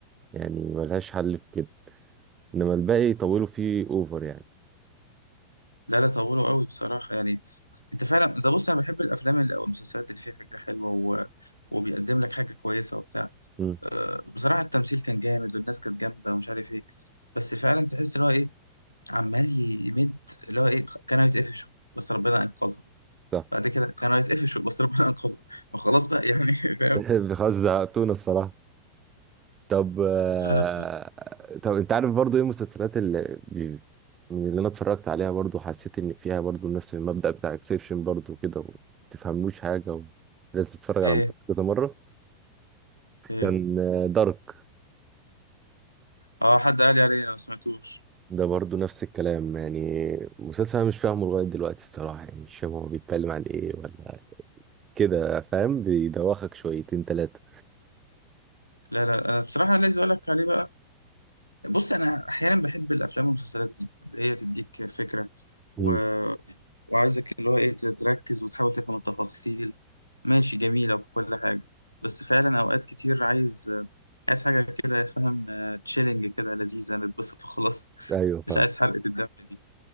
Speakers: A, on the right; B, on the left.
A: يعني ملهاش حل في كده انما الباقي طولوا فيه اوفر يعني
B: لا لا طولوا قوي بصراحة يعني انت فعلا ده بص انا بحب الافلام اللي او المسلسلات اللي فيها فكرة حلوة و... وبيقدم لك حاجة كويسة وبتاع
A: امم
B: أه، بصراحة التمثيل كان جامد والناس كانت جامدة ومش عارف ايه بس فعلا تحس اللي هو ايه عمال يمد اللي هو ايه كانوا يتقفشوا بس ربنا انقذهم
A: صح
B: بعد كده كانوا يتقفشوا بس ربنا انقذهم فخلاص بقى يعني <laughs> فاهم
A: <laughs> خلاص زهقتونا الصراحه طب آه،
B: لا
A: طب انت عارف برضو ايه المسلسلات اللي اللي انا اتفرجت عليها برضو حسيت ان فيها برضو نفس المبدأ بتاع اكسبشن برضو كده وما تفهموش حاجة ولازم تتفرج على
B: ايه
A: مسلسل كذا مرة
B: ايه
A: كان دارك
B: اه حد قال لي عليه انا ما سمعتوش
A: ده برضو نفس الكلام يعني مسلسل انا مش فاهمه لغاية دلوقتي الصراحة يعني مش فاهم هو بيتكلم عن ايه ولا كده فاهم بيدوخك شويتين تلاتة
B: لا لا انا بصراحة عايز اقول لك عليه بقى بص انا احيانا بحب الافلام والمسلسلات دي اللي هي تديك فكره
A: مم.
B: و... وعايزك اللي هو ايه تركز وتحاول تفهم التفاصيل ماشي جميله وكل حاجه بس فعلا اوقات كتير عايز عايز حاجه كده فاهم تشيلنج كده لذيذه نتبسط وخلاص
A: ايوه
B: <laughs>
A: فاهم
B: مش عايز حرقه الدم دي